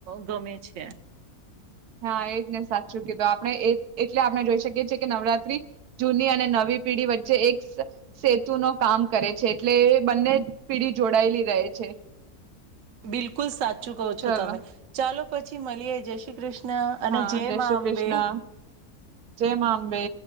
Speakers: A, on the right; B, on the right.
A: ગમે છે.
B: હા, એ જ ને સાચું કીધું આપણે એ એટલે આપણે જોઈ શકીએ છીએ કે નવરાત્રી જૂની અને નવી પેઢી વચ્ચે એક સેતુ નો કામ કરે છે એટલે એ બંને પીઢી જોડાયેલી રહે છે
A: બિલકુલ સાચું કહો છો
B: ચલો
A: તમે. ચાલો. પછી મળીએ જય શ્રી કૃષ્ણ. અને
B: હા, જય
A: મા
B: શ્રી
A: અંબે.
B: કૃષ્ણ. જય માં અંબે.